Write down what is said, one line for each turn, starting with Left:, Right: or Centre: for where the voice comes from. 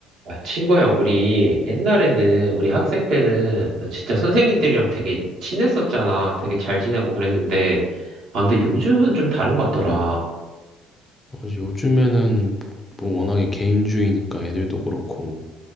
Right: 아, 친구야, 우리 옛날에는 우리 학생 때는 진짜 선생님들이랑 되게 친했었잖아. 되게 잘 지내고 그랬는데, 아, 근데 요즘은 좀 다른 것 같더라.
Left: 맞아, 요즘에는 뭐 워낙에 개인주의니까 애들도 그렇고